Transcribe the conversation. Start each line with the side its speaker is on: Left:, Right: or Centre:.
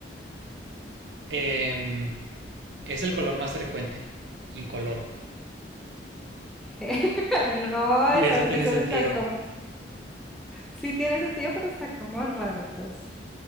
Right: Em, es el color más frecuente, incoloro.
Centre: <laughs> Ay, no,
Right: Y
Centre: esas
Right: eso tiene
Centre: piezas
Right: sentido.
Centre: están como. Sí tiene sentido, pero están como raras.